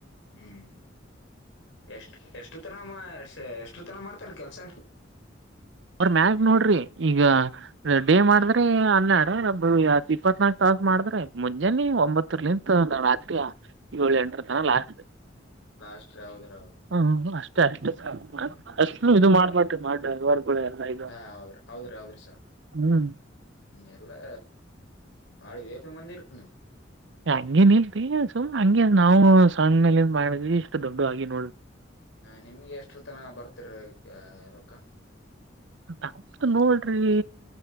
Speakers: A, on the left; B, on the right.
A: ಹ್ಮ್ ಎಷ್ಟ ಎಷ್ಟು ತನ ಎಷ್ಟು ತಾನಾ ಮಾಡ್ತಾರೆ ಕೆಲ್ಸ
B: ಅವ್ರ ಮ್ಯಾಗ ನೋಡ್ರಿ ಈಗ ಡೇ ಮಾಡಿದ್ರೆ ಹನ್ನೆರಡು ಇಪ್ಪತ್ನಾಲ್ಕು ತಾಸು ಮಾಡಿದ್ರೆ ಮುಂಜಾನೆ ಒಂಬತ್ತುರ್ಲಿಂತ ರಾತ್ರಿ ಏಳು ಎಂಟ್ರತಾನಾ ಲಾಸ್ಟ
A: ಲಾಸ್ಟ ಹೌದ್ರಿ
B: ಹ್ಮ್ ಅಷ್ಟೇ ಅಷ್ಟೇ ಅಷ್ಟ ಇದು ಮಾಡ್ಬ್ರಿ ಮಾಡ ಎಲ್ಲಾ ಇದು
A: ಹಾ ಹೌದ್ರಿ ಹೌದ್ರಿ ಹೌದ್ರಿ ಸರ್
B: ಹ್ಮ್
A: ಹ್ಮ ಎಲ್ಲಾ. ಬಾಳ ವೇಪಿ ಮಂದಿರ ನೀವ್.
B: ಹಂಗೇ ನಿಲ್ರಿ ಸುಮ ಹಂಗೆ ನಾವು ಸಣ್ಣ ಮೇಲೆನ್ ಮಾಡಿದವಿ ಇಷ್ಟು ದೊಡ್ಡ ಆಗಿದ್ದ.
A: ನಿಮ್ಗೆ ಎಷ್ಟು ತನ ಬರ್ತಿರ ರೊಕ್ಕ.
B: ನಾವ್ದ ನೋಡ್ರಿ.